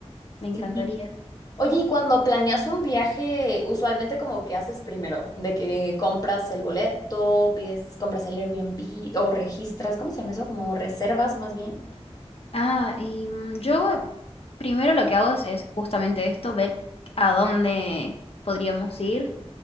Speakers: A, on the left (about 60°); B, on the left (about 35°).
A: Me encantaría.
B: sí. Oye, y cuando planeas un viaje, usualmente como que haces primero, de que compras el boleto, pides, compras el Airbnb o registras, ¿cómo se llama eso? Como reservas más bien.
A: Ah, y mm, yo primero lo que hago es, es justamente esto, ver a dónde podríamos ir